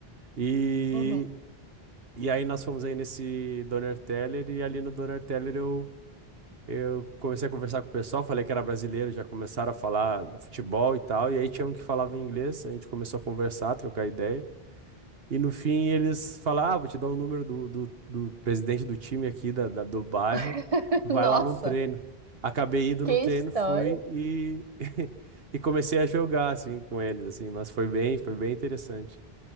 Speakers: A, on the right; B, on the right.
A: E
B: Uhum.
A: e aí nós fomos aí nesse Doner Teller e ali no Doner Teller eu eu comecei a conversar com o pessoal, falei que era brasileiro, já começaram a falar futebol e tal, e aí tinha um que falava inglês, a gente começou a conversar, trocar ideia. E no fim eles falam, ah, vou te dar o número do, do, do presidente do time aqui da, da- do bairro,
B: <laughs>
A: vai
B: Nossa,
A: lá num treino. Acabei indo
B: que
A: no treino,
B: história.
A: fui e, <laughs> e comecei a jogar, assim, com eles, assim, mas foi bem, foi bem interessante.